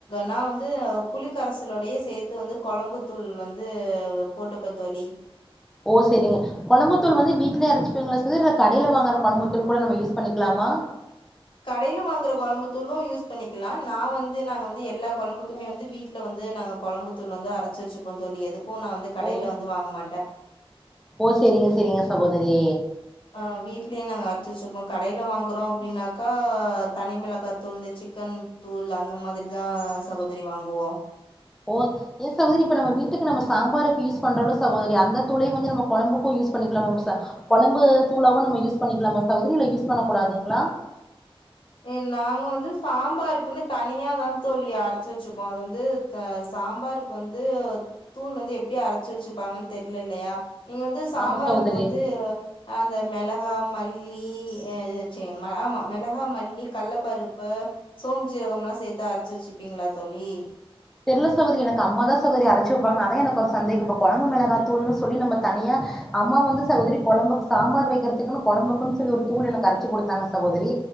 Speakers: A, on the left; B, in the centre.
A: நா வந்து புலிக்கரசலோடையே சேத்து வந்து கொழம்பு தூள் வந்து போட்டுப்பன் தோழி
B: ஓ செரிங்க கொழம்புத்தூள் வந்து வீட்லே அரச்சிப்பிங்களா சகோதிரி இல்ல கடையில வாங்கற கொழம்பத்தூள் கூட நம்ம யூஸ் பண்ணிக்கலாமா
A: கடையில வாங்கற கொழம்புத்தூளும் யூஸ் பண்ணிக்கிலா நா வந்து நாங்க வந்து எல்லா கொழம்புக்குமே வந்து வீட் ல வந்து நாங்க கொழம்பு தூள் வந்து அரைச்சி வச்சிப்போம் தோழி எதுக்கும் நா வந்து கடையில
B: ஓ
A: வந்து வாங்க மாட்டன்
B: ஓ செரிங்க செரிங்க சகோதிரி
A: ஆ வீட்லே நாங்க அரச்சி வச்சிப்போம் கடையில வாங்கறோம் அப்டின்னாக்கா தனி மிளகா தூள் இந்த சிக்கன் தூள் அந்த மாதிரிதா சகோதிரி வாங்குவோ
B: போ ஏ சகோதிரி இப்ப நம்ம வீட்டுக்கு நம்ம சாம்பாருக்கு யூஸ் பண்றோல்ல சகோதிரி அந்த தூளே வந்து நம்ம கொழம்புக்கும் யூஸ் பண்ணிக்கிலாமாம ச கோழம்பு தூளாவும் நம்ம யூஸ் பண்ணிக்கிலாம சகோதிரி இல்ல யூஸ் பண்ண கூடாதுங்கிளா
A: ஏ நாங்க வந்து சாம்பாருக்குன்னு தனியா தா தோழி அரச்சி வச்சிப்போம் அது வந்து த்த சாம்பாருக்கு வந்து தூள் வந்து எப்டி அரைச்சி வச்சிப்பாங்கன் தெர்ல இல்லையா நீங்க வந்து சாம்பாருக்கு
B: ஆமா சகோதரி
A: வந்து அந்த மெளகா மல்லி சி ம ஆமா மெளகா மல் லி கல்ல பருப்பு சோம்பு ஜீரகம்லா சேத்து அரைச்சி வச்சிப்பீங்கிளா தோழி
B: தெர்ல சகோதிரி எனக்கு அம்மாதா சகோதிரி அரைச்சி வப்பாங்க அதா எனக்கு ஒரு சந்தேகம் இப்ப கொழம்பு மெளகா தூள்னு சொல்லி நம்ம தனியா அம்மா வந்து சகோதிரி கொழம்புக்கு சாம்பார் வைக்கிறதுக்குன்னு கொழம்புக்குன் சொல்லி ஒரு தூள் எனக்கு அரச்சி குடுத்தாங்க சகோதிரி